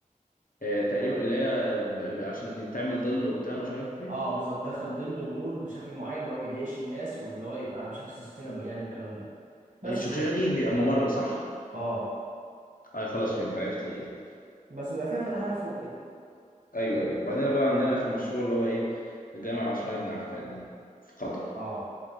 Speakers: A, on the left; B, on the right.
A: آه، تقريبا اللي هي ب- ب- عشان تعمل ظل وبتاع مش عارف ايه
B: اه بالظبط دخل ظل ونور بشكل معين اللي هو ما يضايقش الناس واللي هو يبقى بشكل سستينابل يعني والكلام ده بس
A: الشخيرة
B: كده
A: دي بيبقى ممر صح؟
B: اه
A: اه خلاص فهمت عرفت هي ايه
B: بس بيبقى فيها فتحات فوق كده
A: ايوه ايوه وبعدين بقى عندنا اخر مشروع اللي هو ايه الجامعة عثمان بن عفان ده في قطر
B: اه